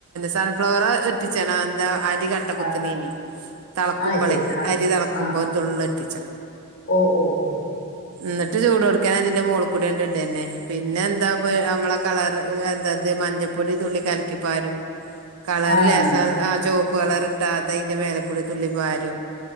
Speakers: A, on the right (about 75°); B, on the left (about 50°).
A: സൺഫ്ലവർ ഉറ്റിച്ചണം എന്താ അരി കട്ട കുത്ത്ണെന്
B: ആഹ്
A: തെളക്കുമ്പളെ
B: അത് ശരി ആഹ്
A: അരി തെളക്കുമ്പോ
B: ആഹ് ആഹ്
A: തുള്ള് ഉറ്റിച്ച
B: ഓഹ് ഓഹ് ഓഹ്
A: ന്നിട്ട് ചൂടൊട്ക്കനെ അതിന്റെ മോള് കൂടണ്ട് ഇടന്നെ പിന്നെ എന്താ നമ്മളെ കളറ് എന്താത് മഞ്ഞപ്പൊടി തുള്ളി കലക്കിപ്പാരും കളർ
B: ആഹ്
A: ലേസം ആ ചുവപ്പ് കളർ ഇട്ടാ അതയിന്റെ മേലക്കൂടി തുള്ളിപ്പാരും